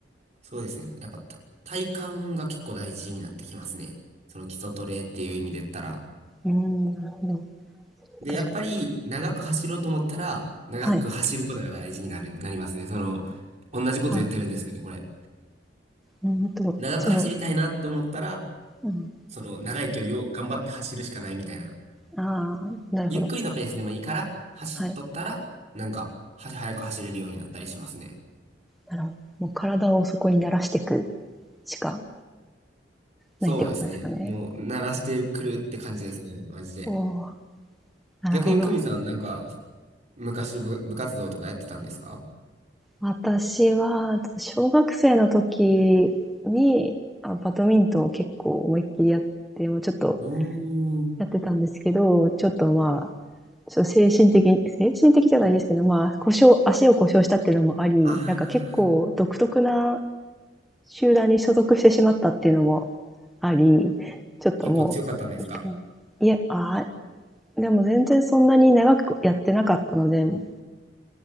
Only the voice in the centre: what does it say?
うーん、なるほど。
確かに。
はい。
あ、
うん、でも、
その、うん。
ああ、なるほど。
はい。
なるほど。もう体をそこに慣らしていくしか
ないってことですかね。
おお、なるほど。
私は、小学生の時に、あ、バドミントンを結構思いっきりやって、もうちょっと
やってたんですけど、ちょっとまあ、ちょっと精神的に、精神的じゃないですけど、まあ、故障、足を故障したっていうのもあり、
なんか結構独特な
集団に所属してしまったっていうのもあり、ちょっともう、
いいかな。いや、あー、でも全然そんなに長くやってなかったので、も